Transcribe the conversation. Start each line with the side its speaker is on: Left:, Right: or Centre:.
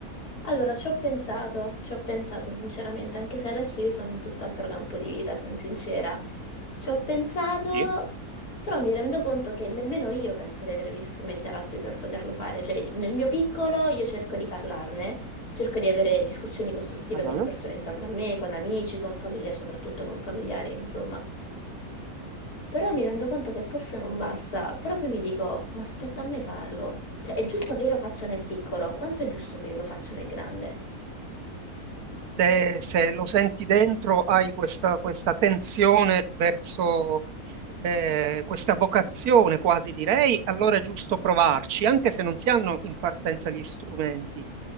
Left: Allora, ci ho pensato, ci ho pensato sinceramente, anche se adesso io sono in tutt'altro campo di vita, sono sincera. Ci ho pensato,
Right: Sì.
Left: però mi rendo conto che nemmeno io penso di avere gli strumenti adatti per poterlo fare. Cioè, nel mio piccolo io cerco di parlarne, cerco di avere discussioni costruttive
Right: Ah, no,
Left: con le
Right: no.
Left: persone intorno a me, con amici, con famiglia, soprattutto con familiari, insomma. Però mi rendo conto che forse non basta, però poi mi dico, ma aspetta a me farlo. Cioè, è giusto che io lo faccia nel piccolo, quanto è giusto che io lo faccia nel grande?
Right: se, se lo senti dentro, hai questa, questa tensione verso eh, questa vocazione quasi direi, allora è giusto provarci, anche se non si hanno in partenza gli strumenti.